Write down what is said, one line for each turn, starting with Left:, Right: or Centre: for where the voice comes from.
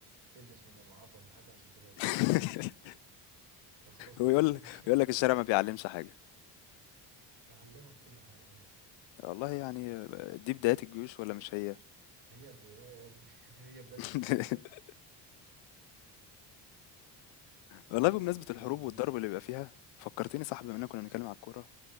Right: تلبس مدرعات ولا حاجه عشان تبقى فاهم
Left: <laughs>
Right: الخلاص ما
Left: هو
Right: يخصمكش
Left: يقول يقول لك الشارع ما بيعلمش حاجة
Right: <laughs> نعلمك كل حاجه والله
Left: والله يعني دي بداية الجيوش ولا مش هي
Right: هي البدايه يا ابني <laughs> هي بدايه
Left: <laughs>
Right: الحروب
Left: والله
Right: برضه
Left: بمناسبة
Right: كان
Left: الحروب
Right: كنا
Left: والضرب اللي بيبقى فيها فكرتني صاحبي بما اننا كنا بنتكلم على الكورة